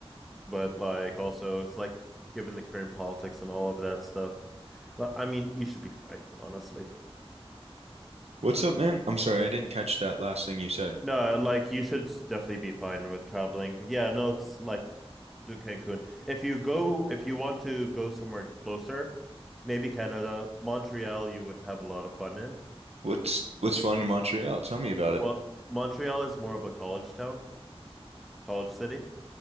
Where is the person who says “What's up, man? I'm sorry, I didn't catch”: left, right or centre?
Right